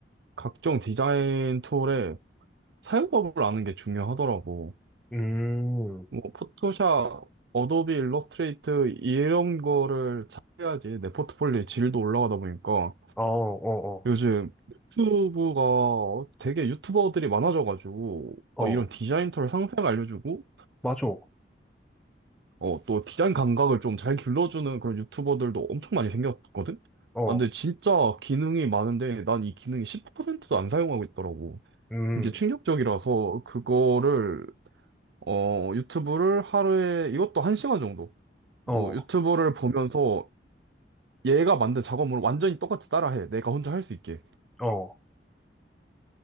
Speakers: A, on the right; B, in the centre.
A: 각종 디자인 툴의 사용법을 아는 게 중요하더라고.
B: 음,
A: 뭐 포토샵, 어도비 일러스트레이트 이런 거를 잘해야지 내 포트폴리오의 질도 올라가다 보니까
B: 어, 어,
A: 요즘 유튜브가 되게 유튜버들이 많아져가지고
B: 어,
A: 어, 이런
B: 어,
A: 디자인 툴 상세하게 알려주고
B: 맞아.
A: 어, 또 디자인 감각을 좀 잘 길러주는 그런 유튜버들도 엄청 많이 생겼거든?
B: 어,
A: 아, 근데 진짜 기능이 많은데 난 이 기능이 10%도 안 사용하고 있더라고.
B: 음,
A: 그게 충격적이라서 그거를 어, 유튜브를 하루에 이것도 한시간 정도 뭐
B: 어,
A: 유튜브를 보면서 얘가 만든 작업물을 완전히 똑같이 따라해. 내가 혼자 할 수 있게.
B: 어.